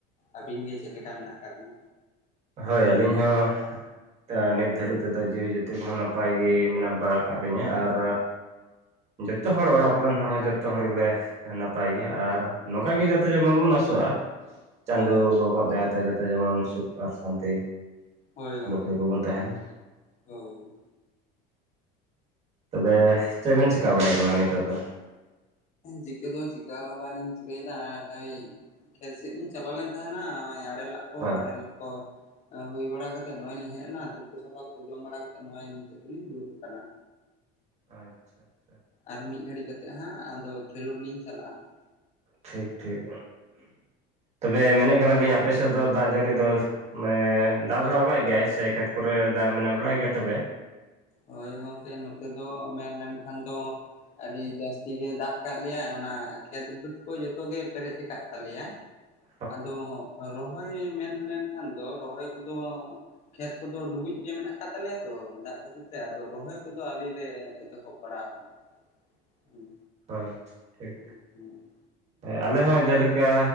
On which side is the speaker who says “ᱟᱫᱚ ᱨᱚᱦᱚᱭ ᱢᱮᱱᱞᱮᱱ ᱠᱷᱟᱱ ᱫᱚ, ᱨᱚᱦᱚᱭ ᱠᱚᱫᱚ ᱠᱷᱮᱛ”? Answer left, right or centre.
Left